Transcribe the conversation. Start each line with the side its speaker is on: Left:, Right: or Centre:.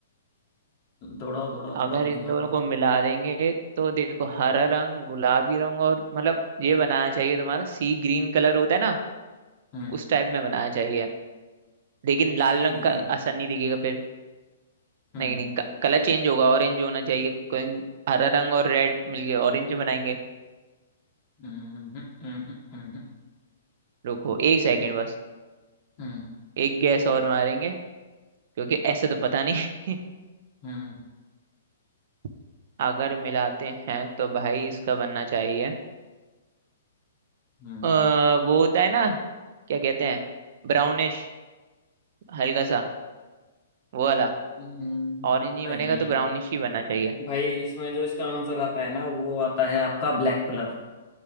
Left: दौड़ाओ दौड़ाओ
Right: अगर
Left: थोड़ा सा
Right: इन
Left: दिमाग
Right: दोनों
Left: को
Right: को मिला देंगे तो देखो हरा रंग गुलाबी रंग और मतलब ये बनाना चाहिए तुम्हारा सी ग्रीन कलर होता है ना
Left: हम्म
Right: उस टाइप में बनाना चाहिए लेकिन लाल
Left: सी
Right: रंग
Left: ग्रीन
Right: का असर नहीं दिखेगा फिर
Left: हम्म
Right: नहीं नहीं कलर चेंज होगा ऑरेंज होना चाहिए कोई हरा रंग और रेड मिलके ऑरेंज बनाएंगे
Left: हम्म हम्म हम्म
Right: रुको एक सेकंड बस
Left: हम्म
Right: एक गैस और मारेंगे क्योंकि ऐसे तो पता नहीं
Left: हम्म
Right: <laughs> अगर मिलाते हैं तो भाई इसका बनना चाहिए
Left: हम्म,
Right: अ, वो होता है ना क्या कहते हैं ब्राउनिश हल्का सा वो वाला
Left: हम्म,
Right: ऑरेंज ही
Left: नहीं
Right: बनेगा तो ब्राउनिश ही बनना चाहिए
Left: भाई इसमें जो इसका आंसर आता है ना वो आता है आपका ब्लैक कलर